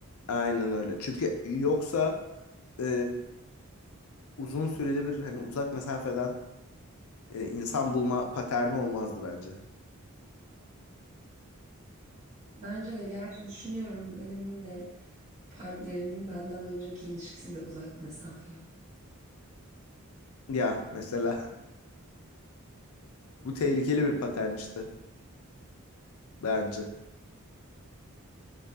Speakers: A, on the left; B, on the right.
A: Aynen öyle. Çünkü yoksa e, uzun süreli bir hani uzak mesafeden e, insan bulma paterni olmazdı bence.
B: Bence de gerçi düşünüyorum benim de partnerimin benden önceki ilişkisi de uzak mesafe.
A: Ya mesela <laughs> bu tehlikeli bir patern işte bence.